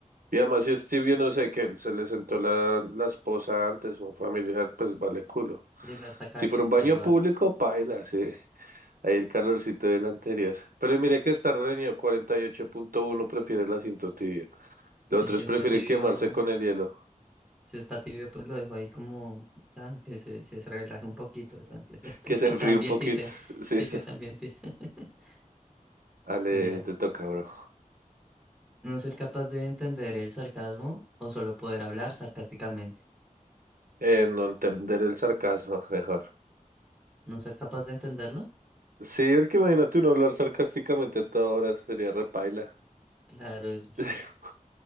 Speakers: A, on the right; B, in the centre.
A: Y además, si Stevie, no sé, que él se le sentó la, la esposa antes, un familiar, pues vale culo.
B: Sí, no está caliente
A: Si fuera un baño
B: igual.
A: público, paila, sí. Ahí el calorcito del anterior. Pero mire que está reñido, 48.1 prefiere el asiento tibio. Los
B: Y
A: otros
B: si está
A: prefieren
B: tibio,
A: quemarse con el hielo,
B: si está tibio, pues lo dejo ahí como tan que se, se relaje un poquito, tan que se, <laughs>
A: que se enfríe
B: se ambiente
A: un poquito.
B: se,
A: <laughs> Sí,
B: sí
A: esa.
B: que se ambiente. <laughs>
A: Ale,
B: Mira.
A: te toca, bro.
B: No ser capaz de entender el sarcasmo o solo poder hablar sarcásticamente.
A: Eh, no entender el sarcasmo, mejor.
B: No ser capaz de entenderlo.
A: Sí, porque imagínate uno hablar sarcásticamente a toda hora, sería repaila.
B: Claro, es,
A: <laughs>